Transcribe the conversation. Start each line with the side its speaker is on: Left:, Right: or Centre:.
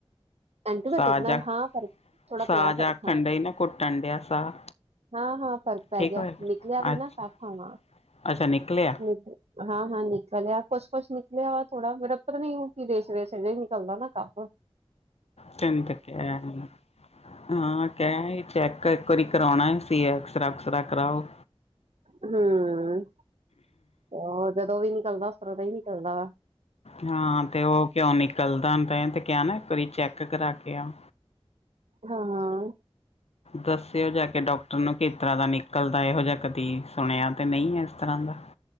Right: ਐਂਟੀਬਾਇਓਟਿਕ
Left: ਸਾਹ ਜਾ,
Right: ਨਾਲ ਹਾਂ ਫ਼ਰਕ ਥੋੜਾ
Left: ਸਾਜ
Right: ਪਿਆ ਫ਼ਰਕ
Left: ਆਖਣ ਡਈ ਨਾ, ਘੁੱਟਣ ਡਿਆ ਸਾਹ।
Right: ਹਾਂ- ਹਾਂ ਫ਼ਰਕ ਪੈ
Left: ਠੀਕ
Right: ਗਿਆ
Left: ਹੋਇਆ
Right: ਨਿਕਲਿਆ ਵੀ
Left: ਅੱਛਾ
Right: ਨਾ ਕਫ ਹਨਾ
Left: ਅੱਛਾ ਨਿਕਲਿਆ
Right: ਠੀਕ ਏ। ਹਾਂ - ਹਾਂ ਨਿਕਲਿਆ ਕੁੱਛ- ਕੁਛ ਨਿਕਲਿਆ ਵਾ ਥੋੜਾ ਫੇਰ ਆਪਾਂ ਨੀ ਯਟਯੂਬ ਤੇ ਕੀ ਦੇਖ ਰਹੇ ਸੀ ਅਜੇ ਹੀ ਨਿਕਲਦਾ ਨਾ ਕਫ। <unintelligible>
Left: ਤਿੰਨ ਧਕਿਆ ਰਿਹਾ ਹਾਂ, ਕਹਿ ਆਂਈ ਚੈੱਕ ਇੱਕ ਵਾਰੀ ਕਰਾਉਣਾ ਏ, ਫਿਰ ਐਕਸਰਾ-ਉਕਸਰਾ ਕਰਾਓ।
Right: ਹਮ ਉਹ ਜਦੋਂ ਵੀ ਨਿਕਲਦਾ ਇਸ ਤਰਾਂ ਹੀ ਨਿਕਲਦਾ ਵਾ
Left: ਹਾਂ ਤੇ ਉਹ ਕਿਉ ਨਿਕਲਦਾ ਤੇ ਕ ਨਾ ਇੱਕ ਵਾਰੀ ਚੈੱਕ ਕਰਾ ਕੇ ਆ
Right: ਹਾਂਾਂ
Left: ਦੱਸਿਓ ਜਾ ਕੇ ਡਾਕਟਰ ਨੂੰ ਇਸ ਤਰ੍ਹਾਂ ਦਾ ਨਿਕਲਦਾ ਇਹੋ ਜਿਹਾ ਕਦੀ ਸੁਣਿਆ ਤੇ ਨਹੀਂ ਹੈ ਇਸ ਤਰ੍ਹਾਂ ਦਾ